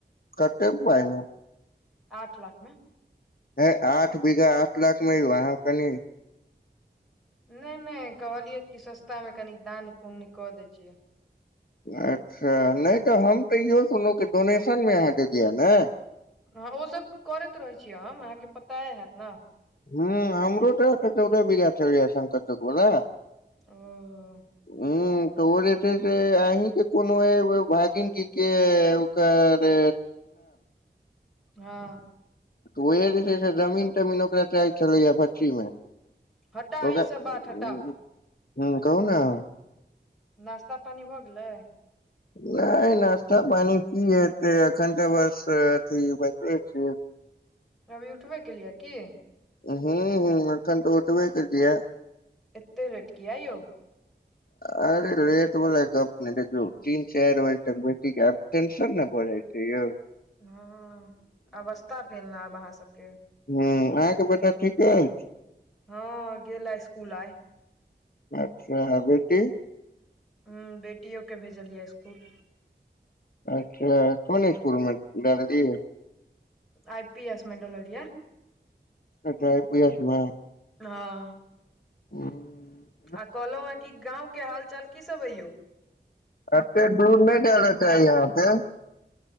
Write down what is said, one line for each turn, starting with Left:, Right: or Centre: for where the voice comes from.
Left: कते पाई मे।
Centre: आठ लाख में।
Left: है आठ बीघहा आठ लाख में यो आहाॅं कनी।
Centre: नै नै कहलियै कि सस्ता मे कनि दान पुण्य कऽ दै छियै
Left: अच्छा नै तऽ हम तऽ इहो सुनलो कि डोनेशन मे अहाँकेँ दिआ ने।
Centre: हा ओ सभ करैत रहै छियै हम अहाँकेँ पता हैत न।
Left: हु हमरो तऽ त चौदह बीघहा छलै या शंकर चौक वाला। हु
Centre: ओ
Left: तऽ ओ जे छै से आहे के। कोनो ए भागिनी के ओकर
Centre: हा
Left: वेहे जे छै से जमीन तमीन ओकरा चाह छलैय भछी मे
Centre: हटाउ
Left: ओकरा
Centre: ई सब बात
Left: हु
Centre: हटाउ
Left: कहू ने अहाॅं।
Centre: नास्ता पानी भऽ गिलै।
Left: नैय नास्ता पानी कि हते एखन तऽ बस एतहि बैठले छियै।
Centre: अभी उठबे केलियेय कि
Left: हु हु अखन तऽ उठबे कतियै।
Centre: एते लेट किया यो। <inaudible>
Left: अरे लेट वला गप्प नहि देखियौ तीन चाइर बजे तक बैठिके आब टेशन ने भऽ जाय छै यौ।
Centre: हाॅ अवस्था भेल नै आब अहाँ सभके।
Left: हु अहाॅं के बेटा ठीक अछि।
Centre: हा गेला स्कुल आय।
Left: अच्छा आ बेटी।
Centre: हु बेटियो के भेजलियै स्कुल।
Left: अच्छा कोन इस्कुल मे डाल लियै।
Centre: आइ पी एस मे डललिया।
Left: अच्छा आइ पी एस मे
Centre: हाॅं।
Left: हुं।
Centre: आ कहलौ हें की गाँंव के हाल चाल की सब अय यौ
Left: अते दुर नै डाल चाही यहाॅं के।